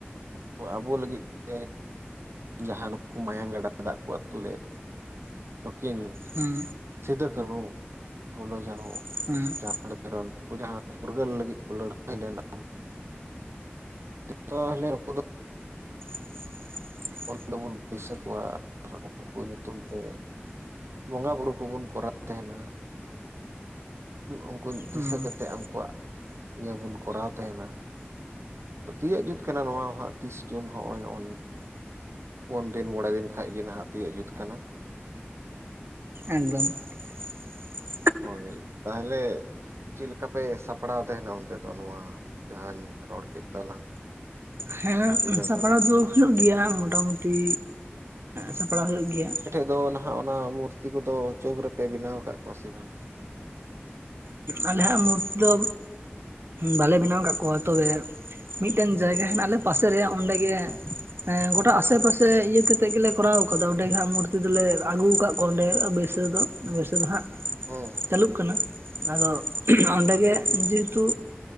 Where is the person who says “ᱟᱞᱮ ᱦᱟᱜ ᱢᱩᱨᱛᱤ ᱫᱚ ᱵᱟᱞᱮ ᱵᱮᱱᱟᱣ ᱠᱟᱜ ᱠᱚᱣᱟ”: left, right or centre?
Right